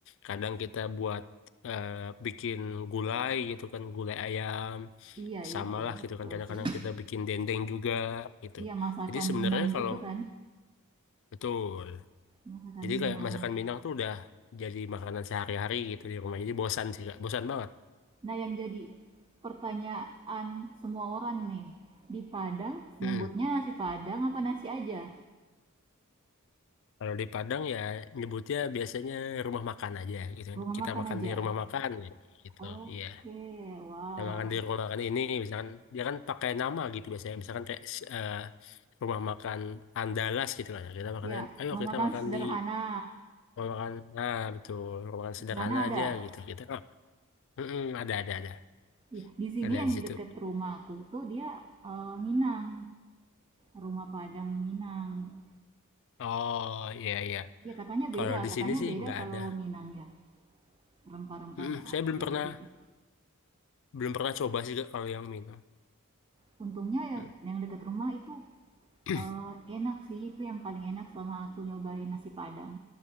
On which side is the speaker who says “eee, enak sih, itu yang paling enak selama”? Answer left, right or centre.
Right